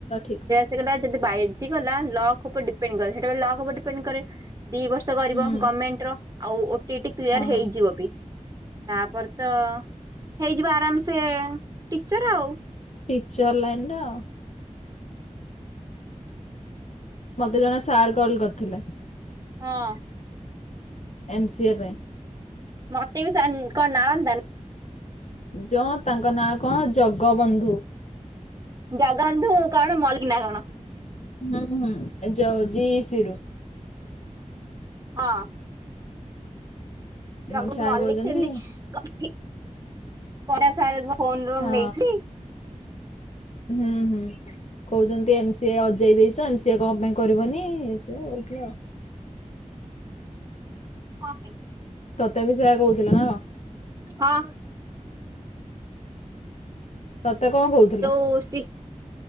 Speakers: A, on the left; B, on the right.
A: ଠିକ ସେ।
B: ଯଦି ବାଜିଗଲା ଲକ୍ ଉପରେ ଡିପେଣ୍ଡକରେ ସେଟା ଲକ ଉପରେ ଡିପେଣ୍ଡ କରେ ଦି ବର୍ଷ କରିବ
A: ହୁଁ
B: ଗମେଣ୍ଟ ର ଆଉ ଓଟିଇଟି କ୍ଲିୟର
A: ହଁ
B: ହେଇଯିବ ବି। ତାପରେ ତ ହେଇଯିବ ଆରାମସେ ଟିଚର ଆଉ।
A: ଟିଚର ଲାଇନ ରେ ଆଉ ମତେ ଜଣେ ସାର୍ କଲ କରିଥିଲେ।
B: ହଁ।
A: ଏମ୍ ସି ଏ ପାଇଁ।
B: ମତେ ବି ସାର୍ କନ୍ ନାଳନ୍ଦା ନ
A: ଯଉ ତାଙ୍କ ନାଁ କଣ ଜଗବନ୍ଧୁ।
B: ଜଗାବନ୍ଧୁ କଣ ମଲିକି ନା କଣ।
A: ହୁଁ ହୁଁ ଯାଉ ଜିସିିରୁ।
B: ହଁ। ଜଗ
A: ଉଁ, ସାର୍
B: ମଲ୍ଲିକ
A: କହୁଛନ୍ତି
B: ସେମତି <unintelligible>
A: ହଁ
B: ନେଇଥିଲ।
A: ହୁଁ ହୁଁ କହୁଛନ୍ତି ଏମ ସିଏ ଅଜେଇ ଦେଇଛ ଏମ ସି ଏ କଣ ପାଇଁ କରିବନି। ସେ ହଉଥିଲା ଆଉ
B: କପାଇଁ?
A: ତତେ ବି ସେୟା କହୁଥିଲା ନା କ।
B: ହଁ।
A: ତତେ କଣ କହୁଥିଲେ?
B: ଓସି